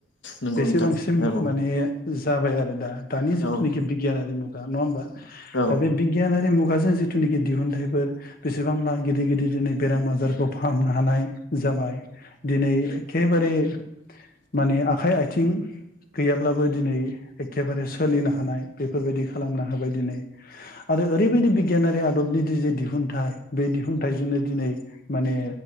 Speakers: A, on the left; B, on the left.
A: नंगौ
B: बेसेबांसिम
A: नोंथां औ
B: माने जाबाय आरो दा। दानि जिथुनाखि
A: औ
B: बिगियानारि मु गा नङा होमबा
A: औ
B: दा बे बिगियानारि मुगाजों जिथुनिखि दिहुनथाइफोर बेसेबांबा गिदिर गिदिर दिनै बेराम आजारखौ फाहामनो हानाय जाबाय। दिनै एखेबारे माने आखाइ आथिं गैयाब्लाबो दिनै एखेबारे सोलिनो हानाय बेफोरबायदि खालामनो होबाय दिनै आरो ओरैबायदि बिगियानारि आदबनि दि जे दिहुनथाइ बे दिहुनथाइजोंनो दिनै माने